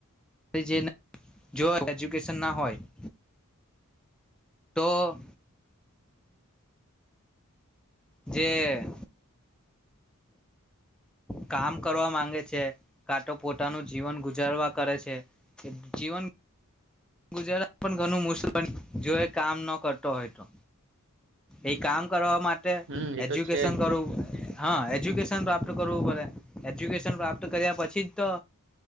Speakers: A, in the centre; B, on the right.
A: કે જેના જો એજ્યુકેશન ન હોય <inaudible> તો જેે કામ કરવા માંગે છે, કાંતો પોતાનું જીવન ગુજારવા કરે છે કે જીવન ગુજરાન પણ ઘણું મુસ્લન જો એ કામ ન કરતો હોય તો એ કામ કરવા મા ટે
B: હમ એ
A: એજ્યુકેશન
B: તો છે જ
A: કરું હહ એજ્યુકેશન પ્રાપ્ત કરવું પડે. એજ્યુકેશન પ્રાપ્ત કર્યા પછી જ તો